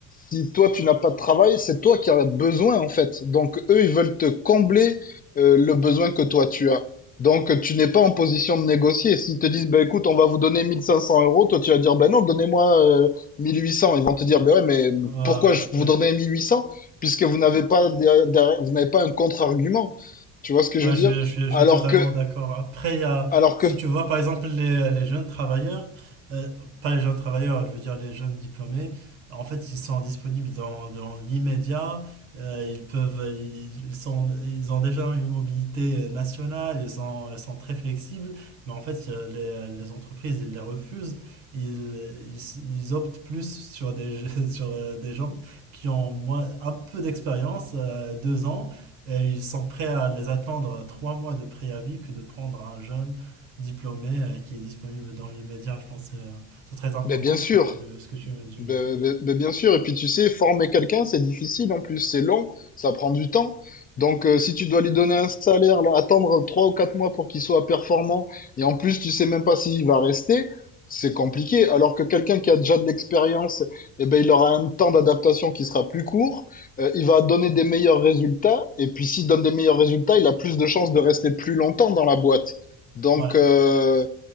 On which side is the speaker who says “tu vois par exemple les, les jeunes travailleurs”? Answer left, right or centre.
Right